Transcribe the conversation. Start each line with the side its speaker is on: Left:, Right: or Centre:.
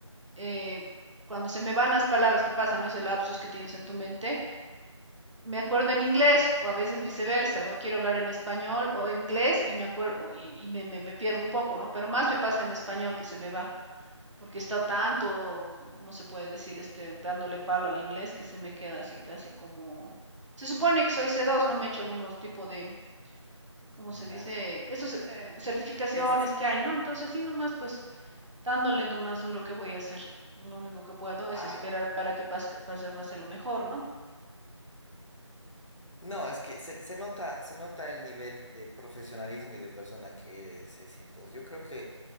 Right: eh, cuando se me van las palabras qué pasa, ¿no? ese lapsus que tienes en tu mente, me acuerdo en inglés o a veces viceversa, ¿no? Quiero hablar en español o en inglés y me acuerdo y, y me, me, me, pierdo un poco, ¿no? Pero más me pasa en español que se me va, porque está tanto, ¿cómo se puede decir? Este, dándole palo al inglés que se me queda así casi como... Se supone que soy C2, ¿no? Me he hecho algunos tipo de, ¿cómo se
Left: Ya.
Right: dice? Esas eh, certificaciones
Left: Des-
Right: que hay, ¿no? Entonces así nomás pues dándole lo más duro que voy a hacer. Lo único que puedo es
Left: ah,
Right: esperar
Left: ya.
Right: para que pas- pase, pase lo mejor, ¿no?
Left: No, es que se, se nota, se nota el nivel de profesionalismo y de persona que eres, Ceci. Entonces, yo creo que